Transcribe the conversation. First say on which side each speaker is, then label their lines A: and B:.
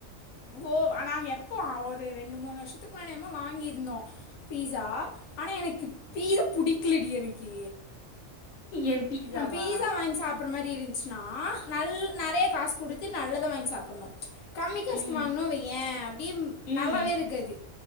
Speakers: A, on the left (about 85°); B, on the left (about 65°).
A: கோ ஆனாங் எப்போ ஒரு ரெண்டு மூணு வருஷத்துக்கு முன்னாடி என்னமோ வாங்கியிருந்தோ பீஸா ஆனா எனக்கு பீஸா புடிக்கலடி எனுக்கு
B: என் பீஸாவா
A: நா பீஸா வாங்கி சாப்புற மாரி இரு ச்சுனா நல் நெறைய காசு குடுத்து நல்லதா வாங்கி சாப்புட்ணு கம்மி காஸ்க்குவாங்குணோ
B: ம்
A: வையே அப்டியே
B: ம்
A: நல்லாவே இருக்காது